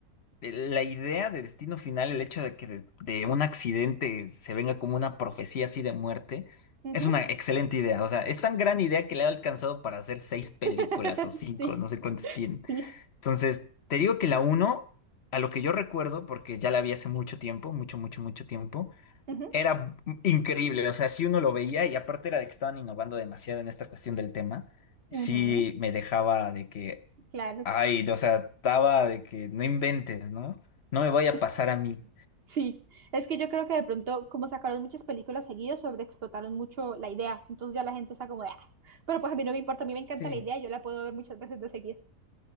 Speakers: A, on the left (about 50°); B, on the right (about 40°).
A: eh, La idea de Destino Final, el hecho de que de, de un accidente se venga como una profecía así de muerte,
B: Ujú.
A: es una excelente idea. O sea, es tan gran idea que le ha alcanzado para hacer seis películas
B: <laughs>
A: o cinco,
B: Sí,
A: no sé cuántas tienen.
B: sí.
A: Entonces, te digo que la uno, a lo que yo recuerdo, porque ya la vi hace mucho tiempo, mucho, mucho, mucho tiempo,
B: Ujú,
A: era increíble. O sea, si uno lo veía y aparte era de que estaban innovando demasiado en esta cuestión del tema,
B: ujú,
A: sí me dejaba de que.
B: Claro.
A: Ay, no, o sea, estaba de que no inventes, ¿no? No me vaya
B: Es,
A: a pasar a mí.
B: sí, es que yo creo que de pronto, como sacaron muchas películas seguidas, sobreexplotaron mucho la idea. Entonces ya la gente está como de, "Ah". Pero pues a mí no me importa, a mí me encanta
A: Sí,
B: la idea, yo la puedo ver muchas veces de seguida.